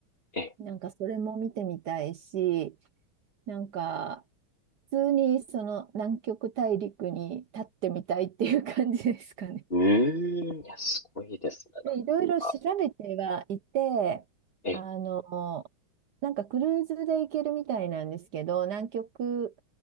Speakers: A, on the left (about 30°); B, on the right (about 60°).
A: ええ。
B: なんか、それも見てみたいし、なんか、普通にその南極大陸に立ってみたいっていう感じですかね。
A: うーん、いや、すごいですね。なんか、
B: で、いろいろ調べてはいて、
A: あええ、
B: あの、なんかクルーズで行けるみたいなんですけど、南極